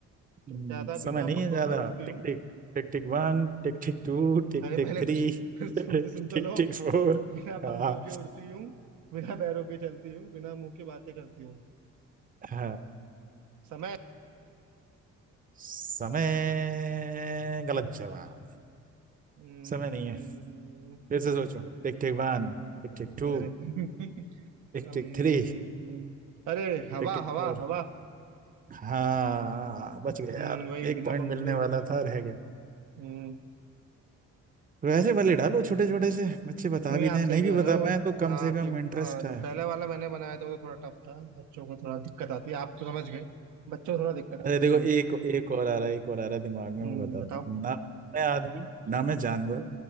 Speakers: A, on the right (about 25°); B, on the right (about 80°).
A: हम्म,
B: क्या था
A: समय
B: बिना
A: नहीं
B: पंखों
A: है ज्यादा
B: की उड़ती
A: Tick
B: हूँ
A: tick tick tick one tick tick two tick
B: अरे
A: tick
B: पहले
A: three
B: कुछ
A: <laughs>
B: फिर सुर
A: tick
B: से सुन तो लो
A: tick four
B: बिना
A: हाँ
B: पंखों के उड़ती हूँ बिना पैरों के चलती हूँ बिना मुंह की बातें करती हूँ
A: हाँ।
B: समय
A: समय गलत जवाब
B: हम्म,
A: समय नहीं है फिर से सोचो Tick tick one tick tick two
B: अरे <laughs>
A: tick
B: हम्म,
A: tick three
B: अरे हवा
A: tick tick
B: हवा
A: four
B: हवा
A: हाँ बच गया
B: हम्म
A: यार
B: वही
A: एक
B: बिना
A: पॉइंट
B: पंखों
A: मिलने
B: के
A: वाला
B: उड़ती हूँ
A: था रह गया
B: हम्म,
A: वैसे वाले डालो छोटे छोटे से बच्चे बता
B: नहीं
A: भी
B: आप
A: दें
B: सही
A: नहीं
B: कह
A: भी
B: रहे
A: बता
B: हो
A: पाए तो कम
B: हाँ
A: से कम
B: कि
A: इंटरेस्ट
B: हाँ जो
A: है
B: पहले वाला मैंने बनाया था वो थोड़ा टफ था बच्चों को थोड़ा दिक्कत आती है आप तो समझ गए बच्चों को थोड़ा दिक्कत आती
A: अरे
B: है
A: देखो
B: उसमें
A: एक एक और आ रहा है एक और आ रहा है दिमाग में
B: हम्म
A: मैं बताता
B: बताओ
A: हूँ ना मैं आदमी ना मैं जानवर